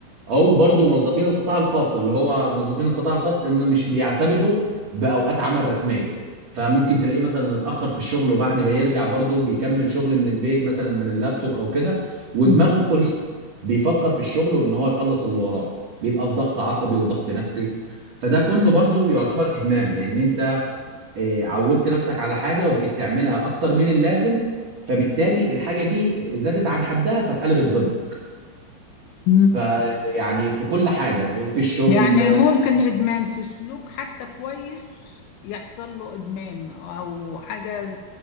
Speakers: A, on the right; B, on the left.
A: او برضو موظفين القطاع الخاص اللي هو موظفين القطاع الخاص ان مش بيعتمدوا باوقات عمل رسمية فممكن تلاقيه مثلا اتأخر في الشغل وبعد ما يرجع برضو بيكمل شغل من البيت مثلا من اللابتوب او كده ودماغه
B: مم.
A: كل بيفكر في الشغل وان هو يخلص اللي وراه بيبقى في ضغط عصبي وضغط نفسي فده كله برضو يعتبر ادمان لان انت آه، عودت نفسك على حاجة وبقيت تعملها أكتر من اللازم فبالتالي الحاجة دي زادت عن حدها فاتقلبت ضدك
B: مم.
A: فيعني في كل حاجة في الشغل
B: يعني ممكن إدمان في سلوك حتى كويس يحصل له إدمان أو حاجة